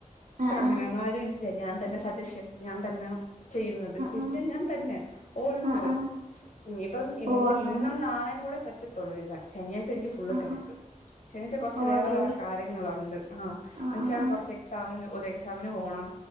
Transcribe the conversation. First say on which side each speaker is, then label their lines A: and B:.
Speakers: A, on the left; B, on the right.
A: ച്ച
B: ആഹ്
A: അങ്ങനൊന്നും
B: ആഹ്
A: ആരു ഇല്ല ഞാൻ തന്നെ സജഷൻ ഞാൻ തന്ന ചെയ്യുന്നത്
B: ആഹ്
A: ഇല്ല ഞാൻ തന്നെ ഓൻ ഇൻ
B: ആഹ് ആഹ്
A: ആൾ
B: ആഹ്
A: ഇനിപ്പം ഇ
B: ഓ അങ്ങനെ
A: ഇന്നും നാളെയും കൂടെ പറ്റ റ്റത്തൊള്ള് എഴുതാൻ ശനിയാഴ്ച്ച എനിക്ക് ഫുള്ള്
B: ആഹ്
A: തിരക്കും
B: ആഹ്
A: ശനിയാഴ്ച്ച കുറച്ച്
B: ഓ അതെല്ലേ
A: വ വേറെ കാര്യങ്ങളുണ്ട് ആ എന്ന്
B: ആഹ്
A: വെച്ചാൽ
B: ആഹ് ആഹ്
A: കുറച്ച് എക്സാമിന് ഒരു എക്സാമിന് പോണം